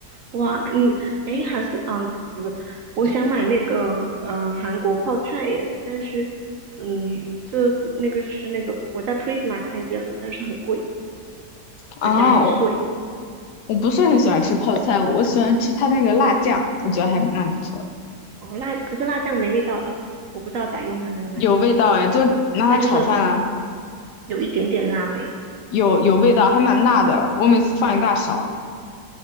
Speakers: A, on the right; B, on the left.
A: 哇，你诶，还是啊，不不，我想买那个嗯韩国泡菜耶，但是嗯，这个那个就是那个我在 Prisma 看见了，但是很贵，
B: 啊，
A: 而且还很碎。
B: 我我不是很喜欢吃泡菜，我喜欢吃它那个辣酱，我觉得还蛮不错的，
A: 哦，辣，可是辣酱没味道诶，我不知道咋用它那个辣酱，
B: 有味道哎，就拿来炒饭啊，
A: 它就是有一点点辣味。
B: 有有味道，还蛮辣的，我每次放一大勺。